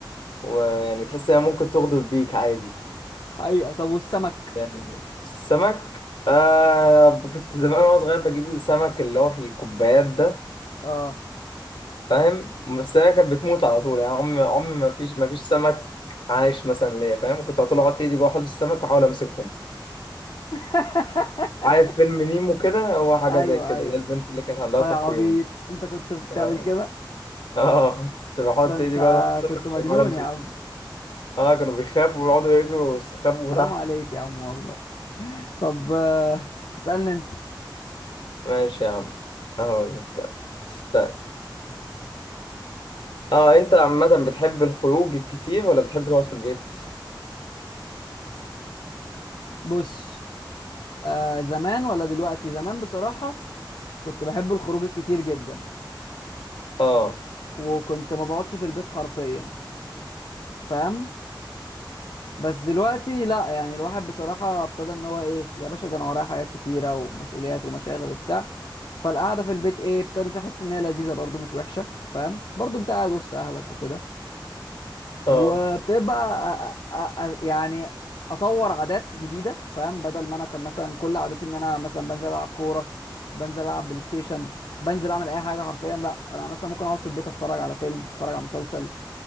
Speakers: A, on the left (about 75°); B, on the left (about 65°).
A: ويعني تحس انها ممكن تغدر بيك عادي
B: حقيقة طب والسمك
A: يعني السمك آه كنت زمان وانا صغير بجيب السمك اللي هو في الكوبايات ده
B: اه
A: فاهم بس هي كانت بتموت على طول يعني عمري عمري ما فيش ما فيش سمك عايش مثلا ليا فاهم كنت على طول احط ايدي جوه حوض السمك واحاول امسكهم
B: <laughs>
A: عارف فيلم نيمو كده هو حاجه
B: ايوه
A: زي كده
B: ايوه
A: اللي هي البنت اللي كانت عندها
B: اه
A: تقويم
B: يا عبيط انت كنت بتعمل
A: اه
B: كده
A: آه. كنت بحط
B: ده انت
A: ايدي جوه حوض السمك
B: كنت
A: عشان
B: مجنون
A: احاول امسك
B: يا عم
A: اه كانوا بيخافوا ويقعدوا يجروا ويستخبوا
B: حرام
A: تحت
B: عليك يا عم والله طب آه، اسألني انت
A: ماشي يا عم اهو ده بجد استنى اه انت عامة بتحب الخروج الكتير ولا بتحب تقعد في البيت؟
B: بص آه زمان ولا دلوقتي زمان بصراحة كنت بحب الخروج كتير جدا
A: اه
B: وكنت ما بقعدش في البيت حرفيا فاهم بس دلوقتي لا يعني الواحد بصراحة ابتدى ان هو ايه يا باشا ده انا ورايا حاجات كتيرة ومسؤوليات ومشاغل وبتاع فالقعدة في البيت ايه ابتدت احس ان هي لذيذة برضو مش وحشة فاهم برضو انت قاعد وسط اهلك وكده
A: اه
B: وابتديت بقى أ- أ- أ- يعني اطور عادات جديدة فاهم بدل ما انا كان مثلا كل عاداتي ان انا مثلا بنزل العب كورة بنزل العب بلاي ستيشن بنزل اعمل اي حاجة حرفيا لا انا مثلا ممكن اقعد في البيت اتفرج على فيلم اتفرج على مسلسل